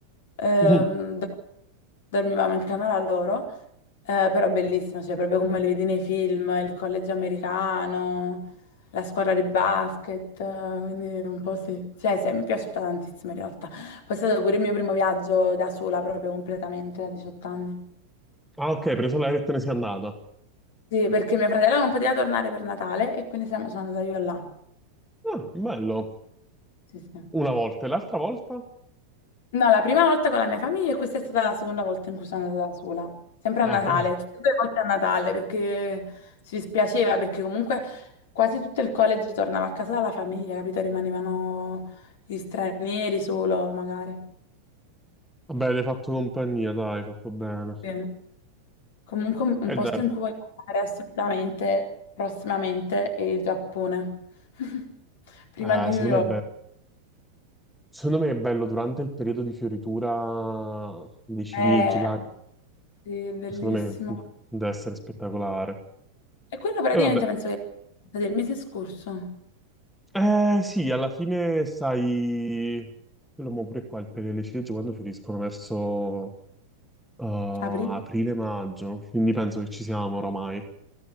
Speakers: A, on the left (about 55°); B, in the centre.
A: Ehm,
B: Mhm.
A: do- dormivamo in camera loro, eh, però bellissima, cioè proprio come li vedi nei film, il college americano, la squadra di basket, eh, quindi un po' sì. Cioè, sì, mi è piaciuta tantissimo in realtà. Poi è stato pure il mio primo viaggio da sola, proprio completamente, a 18 anni.
B: Ah, ok, hai preso l'aereo e te ne sei andata.
A: Sì, perché mio fratello non poteva tornare per Natale e quindi siamo- sono andata io là.
B: Ah, bello.
A: Sì, sì.
B: Una volta e l'altra volta?
A: No, la prima volta con la mia famiglia e questa è stata la seconda volta in cui sono andata da sola. Sempre
B: Ah,
A: a Natale,
B: ok,
A: tutte e due volte a Natale perché si dispiaceva, perché comunque quasi tutto il college tornava a casa dalla famiglia, capito? Rimanevano gli stranieri solo, magari.
B: Vabbè, ti hai fatto compagnia, dai, hai fatto bene.
A: Sì. Comunque un un
B: E
A: posto
B: dai,
A: in cui voglio andare assolutamente prossimamente è il Giappone. <laughs> Prima
B: eh,
A: di New
B: secondo
A: York.
B: me è bello. Secondo me è bello durante il periodo di fioritura dei ciliegi,
A: Eh,
B: là,
A: sì, è bellissimo.
B: secondo me deve essere spettacolare.
A: E quello praticamente
B: E vabbè,
A: penso che sia del mese scorso,
B: eh sì, alla fine sai, quello mo pure qua, il periodo delle ciliegie quando fioriscono verso eh, aprile-maggio,
A: aprile,
B: quindi penso che ci siamo oramai.